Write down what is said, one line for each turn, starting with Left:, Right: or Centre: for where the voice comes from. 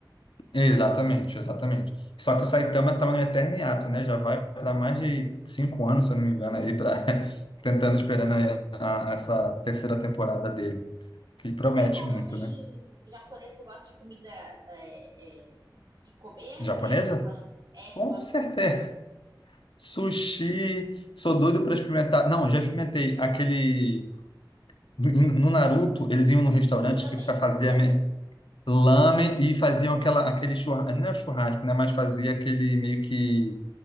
Left: Exatamente, exatamente. Só que o Saitama está no eterno hiato, né? Já vai para mais de cinco anos, se eu não me engano, aí para <laughs> tentando esperando aí a- essa terceira temporada dele, que promete
Right: Mas falando
Left: muito,
Right: em
Left: né?
Right: japonês, tu gosta de comida é, é, de comer,
Left: Japonesa?
Right: né? Falando, é, tu
Left: Com
Right: gosta
Left: certeza.
Right: de comida.
Left: Sushi, sou doido para experimentar. Não, já experimentei aquele no no Naruto, eles iam num restaurante
Right: O lamen,
Left: que fa- fazia
Right: o lamen.
Left: me- lamen e faziam aquela aquele churrasco, não é churrasco, né? Mas fazia aquele meio que